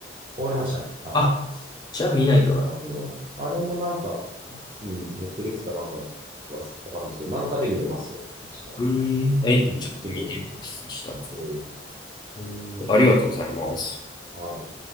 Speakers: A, on the right; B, on the left.
A: 終わりましたね。あ、
B: あ、じゃあ見ないとな。
A: 多分、あれもなんか、うん、ネットリックスかなんかはわかんないですけど、なんかで見れますよ。確か。
B: えーえ、
A: うん、
B: ちょっと見てみます。
A: 全部、
B: そしたら。
A: えー、
B: えーありがとうございます。
A: ぜひぜひ。はい。